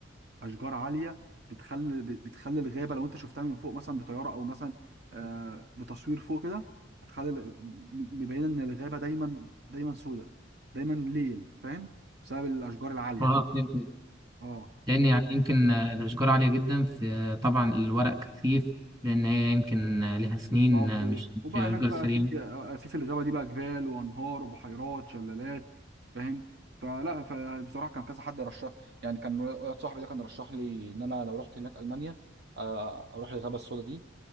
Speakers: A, on the right; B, on the right.
A: اشجار عاليه بتخلي بتخلي الغابه لو انت شفتها من فوق مثلا بطياره او مثلا آه، بتصوير فوق كده هتخلي ال- م- مبينه ان الغابه دايما دايما سودة دايما ليل فاهم بسبب الاشجار العاليه
B: اه فهمت
A: اه
B: لان يعني يمكن آه، الاشجار عاليه جدا في آه، طبعا الورق كثيف لان هي يمكن آه، لها سنين
A: بالظبط
B: آه،
A: و-
B: مش مش
A: وبقى
B: الاشجار
A: هناك بقى
B: السريعه
A: في آه، في في الغابه دي بقى جبال وانهار وبحيرات شلالات فاهم فلا فبصراحه كان كذا حد رشح يعني كان واحد صاحبي ده كان رشح لي ان انا لو رحت هناك المانيا آه، اروح الغابه السوداء دي